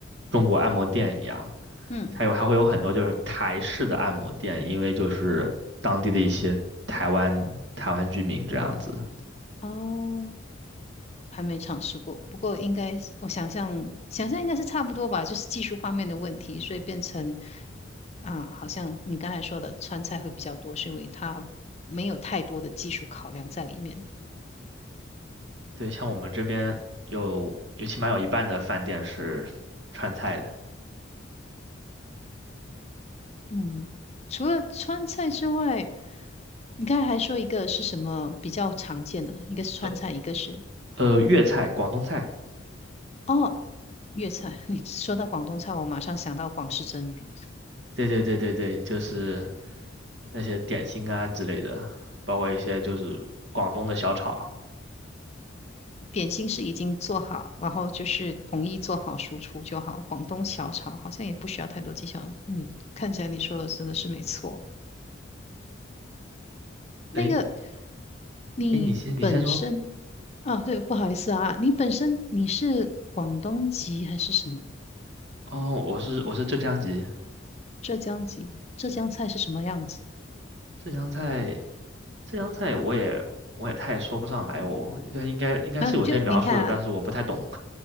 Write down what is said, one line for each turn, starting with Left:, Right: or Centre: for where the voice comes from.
Right: 中国按摩店一样，
Left: 嗯
Right: 还有还会有很多就是台式的按摩店，因为就是当地的一些台湾台湾居民这样子。
Left: 哦。还没尝试过，不过应该我想象想象应该是差不多吧，就是技术方面的问题，所以变成啊，好像你刚才说的川菜会比较多，是因为它没有太多的技术考量在里面。
Right: 对，像我们这边有有起码有一半的饭店是川菜的，
Left: 嗯，除了川菜之外，你刚才还说一个是什么比较常见的，一个是川菜，
Right: 呃
Left: 一个是
Right: 呃，粤菜、广东菜，
Left: 哦粤菜。<laughs> 你说到广东菜，我马上想到广式蒸鱼。
Right: 对对对对对，就是那些点心啊之类的，包括一些就是广东的小炒。
Left: 点心是已经做好，然后就是统一做好输出就好。广东小炒好像也不需要太多技巧。嗯，看起来你说的真的是没错。
Right: 诶
Left: 那个你本身
Right: 诶，你先你先说。
Left: 啊，对，不好意思啊，你本身你是广东籍还是什么？
Right: 哦，我是我是浙江籍，
Left: 浙江籍？浙江菜是什么样子？
Right: 浙江菜浙江菜我也我也太说不上来哦，这应该应该是有些描述的，
Left: 嗯、就您看啊，
Right: 但是我不太懂。